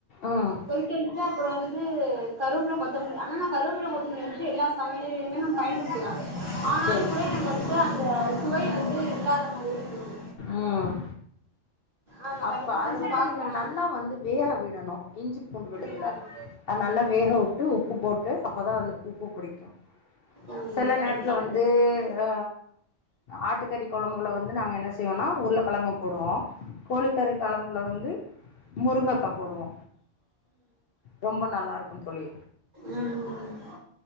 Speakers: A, on the left; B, on the right.
A: ம்
B: கொதிக் திக்க வச்சுட்டு அப்ற வந்துட்டு கருப்பில கொத்த மல்லி ஆனா நா கருப்புல கொத் வந்து எல்லா சமையலுமே நா பயன்படுத்துவே ஆனாலு
A: சரி
B: கூட
A: சரி
B: எனக்கு வந்துட்டு அந் த சுவை வந்து இல்லாத மாதிரியே தோனுது
A: உம்
B: ஆ நா
A: அப்ப
B: கண்டிப்பா
A: அத
B: செஞ்சு
A: வந்து
B: பாக்குறே
A: நீங்க நல்லாவந்து வேக விடணு இஞ்சி பூண்டு விழுதுல
B: ம்
A: அ நல்லா வேக வுட்டு உப்பு போட்டு அப்பதா அந்த பூப்பு பிடிக்கு
B: ம்
A: சில
B: ம் கண்டிப்பா
A: நேரத் ப்புல வந்து
B: கண்டிப்பா
A: ஆ ஆட்டுக்கறி கொழம்புல வந்து நாங்க என்ன செய்வோன்னா உர்ளகெழங்கு போடுவோ கோழிக்கரிக்கழம்புல வந்து முருங்கக்கா போடுவோ ரொம்ப நல்லாருக்கூ தொழி
B: உம்